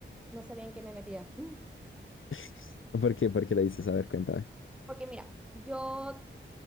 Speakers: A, in the centre; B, on the left.
A: No sabía en qué me metía. <laughs>
B: <laughs> ¿Por qué? ¿Por qué le dices? A ver, cuéntame.
A: Porque mira, yo